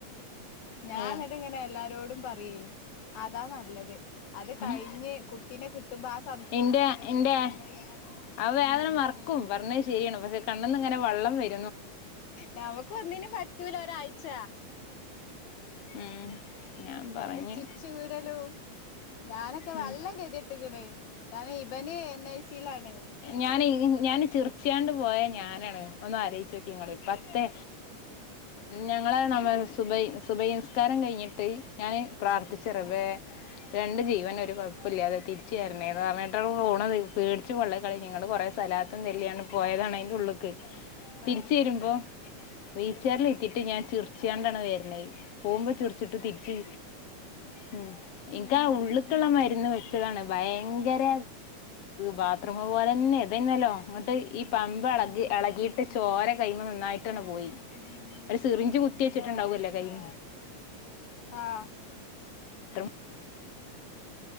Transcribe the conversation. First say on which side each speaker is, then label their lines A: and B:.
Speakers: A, on the left; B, on the left.
A: ഞാൻന്നട്ട്ങ്ങനെ
B: ഏ
A: എല്ലാരോടും പറയെ അതാ നല്ലത് അത്
B: ഉം
A: കഴിഞ്ഞ് കുട്ടിനെ കിട്ടുമ്പോ ആ സ്
B: ഇന്റെ ഇന്റെ ആ വേദന
A: ഉം
B: മറക്കും പറഞ്ഞയ്‌ ശരിയാണ് പക്ഷെ കണ്ണ്ന്ന് ങ്ങനെ വള്ളം വര്
A: ഞമ്മക്ക് ഒന്നിനും പറ്റൂല ഒരാഴ്ച
B: ഉം ഞാൻ
A: പിന്നെ
B: പറഞ്ഞ്
A: സ്റ്റിച്ച് ഊരലും ഞാനൊക്കെ
B: ഉം
A: വല്ലം കേതിട്ട്ക്കണ് കാരണം ഇവന് എൻ ഐ സിയിലാണ്
B: ഞാനേ ഞാന് ചിറിച്ചോണ്ട് പോയ ഞാനാണ് ഒന്നാലോയ് <unintelligible> ഞങ്ങളു പോയി. പത്തേ ഞങ്ങളെ നമ്മള് സുബൈ സുബഹിനിസ്കാരം കഴിഞ്ഞിട്ട് ഞാന് പ്രാർത്ഥിച് <unintelligible> രണ്ട് ജീവന് ഒരു കുഴപ്പല്യാതെ തിരിച്ചുതരണേന്ന് പറഞ്ഞിട്ടാ പോണത് പേടിച്ചു പൊള്ളേം കളി നിങ്ങള് കൊറേ സലാത്തും ചൊല്ലിയാണ് പോയതാണ് അതിൻ്റെ ഉള്ള്ക്ക്
A: ആഹ്
B: തിരിച്ചു
A: ആഹ്
B: വരുമ്പോ വീസിആറിലിട്ടിട്ട് ഞാൻ ചിറിച്ചാണ്ടാണ് വരണത് പോകുമ്പോ ചിറിച്ചിട്ട് തിരിച്ച് ഉം
A: ഉം
B: ഇന്കാ ഉള്ളിക്കുള്ള മരുന്ന് വെച്ചതാണ് ഭയങ്കര ബാത്റൂം പോലെ തന്നെ ഇതന്നല്ലോ അങ്ങോട്ട് ഈ പമ്പ് എളകി
A: ഉം
B: എളകിയിട്ട് ചോര കയ്യുമ്മേന്ന് നന്നായിട്ടാണ് പോയി ഒരു സിറിഞ്ച് കു ത്തിവച്ചിട്ടണ്ടാവൂല്ലല്ലേ
A: ആഹ്
B: കയ്യീ
A: ആഹ്
B: <unintelligible>